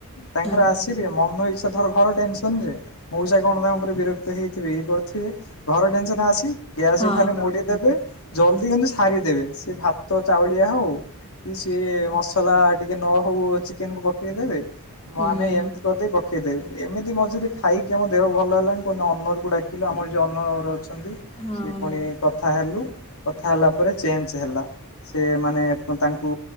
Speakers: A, on the left; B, on the left.
A: ତାଙ୍କର
B: ହଁ
A: ଆସିବେ ମନ ଇଚ୍ଛା ଧର ଘର ଟେନସନରେ ମଉସା କଣ ତାଙ୍କ ଉପରେ ବିରକ୍ତ ହେଇଥିବ ଇଏ କରିଥିବ ବେ ଘର ଟେନସନ ଆସି ଗ୍ୟାସକୁ
B: ହଁ
A: ଖାଲି ମୁଡି ଦେବେ। ଜଲ୍ଦି କିନ୍ତୁ ସାରିଦେବେ, ସେ ଭାତ ଚାଉଳିଆ ହଉ। କି ସିଏ ମସଲା ଟିକେ ନ ହଉ ଚିକେନକୁୁ ପକେଇ ଦେବେ। ମାନେ
B: ହଁ ହୁଁ।
A: ଏମିତି କରିଦେଇ ପକେଇଦେବେ ଏମିତି ମଝିରେ ଖାଇକି ଆମ ଦେହ ଭଲ ହେଲାଣି ପୁଣି ଅନର ଡାକି ଲୁ ଆମର ଯୋଉ ଅନର ଅଛନ୍ତି।
B: ହଁ
A: ସିଏ ପୁଣି
B: ନ
A: କଥା ହେଲୁ କଥା ହେଲା ପରେ ଚେଞ୍ଜ ହେଲା। ସେ ମାନେ ତାଙ୍କୁ